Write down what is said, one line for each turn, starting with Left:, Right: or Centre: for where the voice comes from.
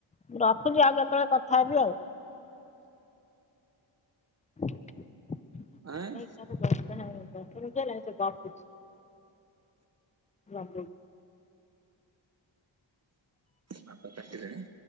Left: ମୁ ରଖୁଚି ଆଉ କେତବେଳେ କଥା ହେବି ଆଉ। <unintelligible> ଦଶ
Right: ଆଁ
Left: ମିଣ୍ଟି ହେଲାଣି ସେ ଗପୁଛି ରଖ୍ ଦଉ
Right: ହାତ ଚାଟିଲେଣି।